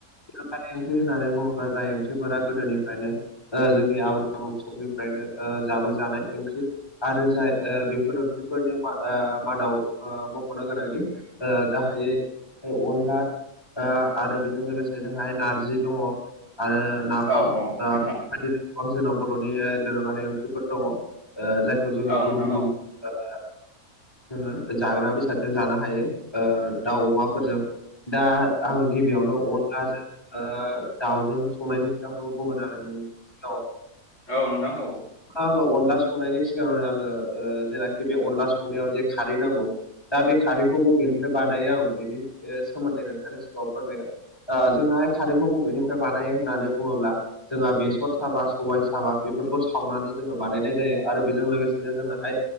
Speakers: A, on the left (about 15°); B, on the left (about 55°).
A: गोनोखोआरि ओंख्रि होननानै बुङोब्ला जाय ओंख्रिफोरा गोदोनिफ्रायनो ओ जोंनि आबै-आबौ समनिफ्रायनो ओ जाबोजानाय ओंख्रि आरो जाय ओ बेफोरो ओंख्रिफोरनि ओ मादाव ओ मख'नो गोनांदि ओ गाहायै औ अनला ओ आरो बेजों लोगोसे जोंहाय नारजि दङ आरो नाफाम
B: औ
A: ओ
B: औ नोंथां
A: बेफोरबायदिनो ओ जोंनाव बर'नि ओ दोरोङारि ओंख्रिफोर दङ ओ जायखौ जोङो
B: औ
A: गुबुन
B: नोंथां
A: गुबुन
B: औ
A: ओ जोङो जाग्रा बेसादजों जानो हायो ओ दाउ-अमाफोरजों दा आङो गिबियावनो अनलाजों ओ दाउजों संनायनि खोथाखौ बुंगोन आरो नों ओ
B: औ नोंथां औ
A: आङो अनला संनायनि सिगांनो आङो ओ जेनाखि बे अनला संनायाव जे खारै नांगौ दा बे खारैखौ बबे बानायो आं बेनि ओ सोमोन्दै नोंथांनि सिगाङाव फोरमायगोन ओ जोंहा खा खौ बबेनिफ्राय बानायो होननानै बुङोब्ला जोंहा बेसर साबा, सबाय साबा बेफोरखौ सावनानै जोङो बानायनाय जायो आरो बेजों लोगोसेनो जोङोहाय